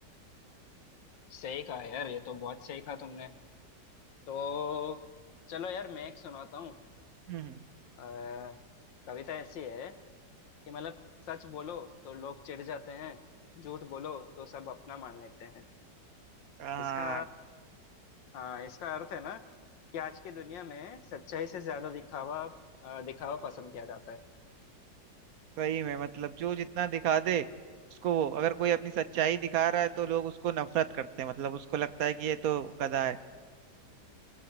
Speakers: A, on the left; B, on the right.
A: सही कहा यार ये तो बहुत सही कहा तुमने तो चलो यार मैं एक सुनाता हूँ
B: हम्म
A: अ, कविता ऐसी है कि मतलब सच बोलो तो लोग चिढ़ जाते हैं झूठ बोलो तो सब अपना मान लेते हैं
B: हाँ
A: इसका हाँ इसका अर्थ है ना कि आज की दुनिया में सच्चाई से ज्यादा दिखावा अ, दिखावा पसंद किया जाता है
B: सही में मतलब जो जितना दिखा दे उसको वो अगर कोई अपनी सच्चाई दिखा रहा है तो लोग उसको नफरत करते हैं मतलब उसको लगता है कि ये तो गधा है